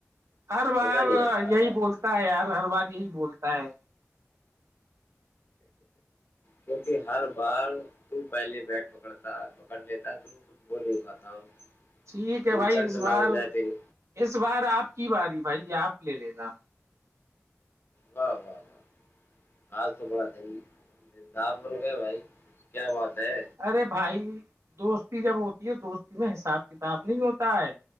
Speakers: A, on the right; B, on the left.
A: ہر بار
B: مزہ نہیں آتا
A: یہی
B: یار
A: بولتا ہے یار ہر بار یہی بولتا ہے
B: کیونکہ ہر بار تو پہلے بیٹ پکڑتا پکڑ لیتا تو کچھ بول نہیں کاتا ہوں
A: ٹھیک ہے
B: انسلٹ
A: بھائی اس بار
B: نہ ہو جائے تیری
A: اس بار آپ کی باری بھائی آپ لے لینا
B: واہ واہ واہ آج تو بڑا دن ددار بول گئے بھائی کیا بات ہے
A: ارے بھائی دوستی جب ہوتی ہے دوستی میں حساب کتاب نہیں ہوتا ہے